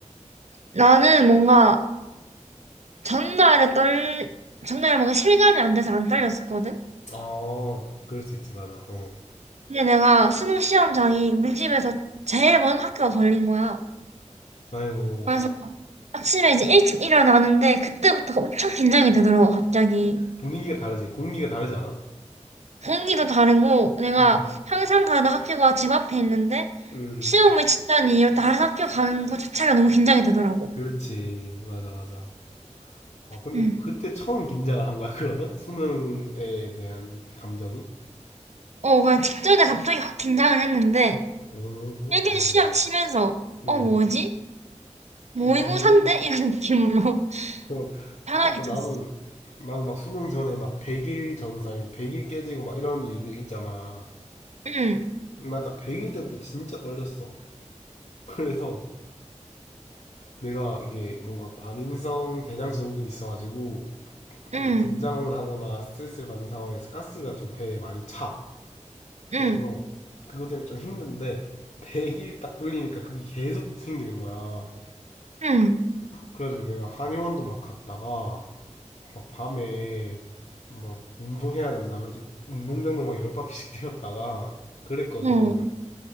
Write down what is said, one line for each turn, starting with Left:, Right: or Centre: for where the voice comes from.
Right: 나는 뭔가 전날에 떨, 전날에 뭔가 실감이 안 돼서 안 떨렸었거든?
Left: 아 그럴 수 있지 맞아 어
Right: 근데 내가 수능 시험장이 우리 집에서 제일 먼 학교가 걸린 거야.
Left: 아이고
Right: 그래서 아침에 이제 일찍 일어나는데 그때부터 엄청 긴장이 되더라고, 갑자기.
Left: 분위기가 다르지 공기가 다르지 않아?
Right: 공기도 다르고 내가
Left: 음.
Right: 항상 가던 학교가 집 앞에 있는데
Left: 음
Right: 시험을 친다는 이유로 다른 학교 가는 것 자체가 너무 긴장이 되더라고.
Left: 그렇지 맞아 맞아 아 근데
Right: 응.
Left: 그때 처음 긴장을 한 거야 그러면 수능에 대한 감정이?
Right: 어, 그냥 직전에 갑자기 확 긴장을 했는데
Left: 어, 그렇구나.
Right: 1년 시험 치면서
Left: 음,
Right: 어, 뭐지? 모의고사인데?
Left: 음,
Right: 이런 느낌으로
Left: 그럼
Right: <laughs> 편하게
Left: 좋겠다.
Right: 쳤어.
Left: 나는, 나는 막 수능 전에 막 100일 전사, 100일 깨지고 막 이런 일들이 있잖아.
Right: 응,
Left: 난 딱 100일 때부터 진짜 떨렸어. <laughs> 그래서 내가 이게 뭔가 과민성 대장증후군이 있어가지고, 뭔가
Right: 응,
Left: 긴장을 하거나 스트레스를 받는 상황에서 가스가 좀 배에 많이 차. 그래서
Right: 응,
Left: 그것 때문에 좀 힘든데, 100일 딱 뚫리니까 그게 계속 생기는 거야.
Right: 응,
Left: 그래가지고 내가 한의원도 막 갔다가, 막 밤에 막 운동해야 된다. 그래서 운동장도 막 열 바퀴씩 뛰었다가 그랬거든.
Right: 어,